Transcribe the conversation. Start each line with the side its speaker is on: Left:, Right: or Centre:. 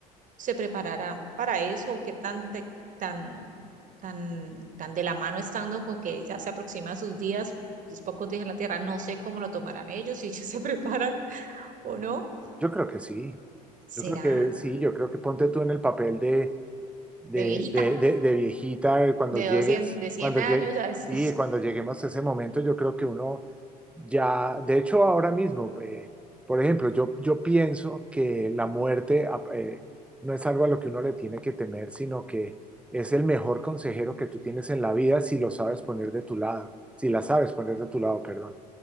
Right: se prepararán para eso o qué tan, te- tan, tan, tan de la mano estando con que ya se aproximan sus días, sus pocos días en la tierra, no sé cómo lo tomarán ellos, si ellos <laughs> se preparan o no.
Centre: Yo creo que sí,
Right: ¿Será
Centre: yo creo que sí, yo creo que ponte tú en el papel de, de,
Right: de viejita?
Centre: de, de, de viejita eh, cuando
Right: de
Centre: llegues,
Right: 200, de 100
Centre: cuando
Right: años,
Centre: llegue,
Right: a ver si.
Centre: sí, cuando lleguemos a ese momento,
Right: <laughs>
Centre: yo creo que uno ya, de hecho ahora mismo, eh, por ejemplo, yo, yo pienso que la muerte a- eh, no es algo a lo que uno le tiene que temer, sino que es el mejor consejero que tú tienes en la vida si lo sabes poner de tu lado, si la sabes poner de tu lado, perdón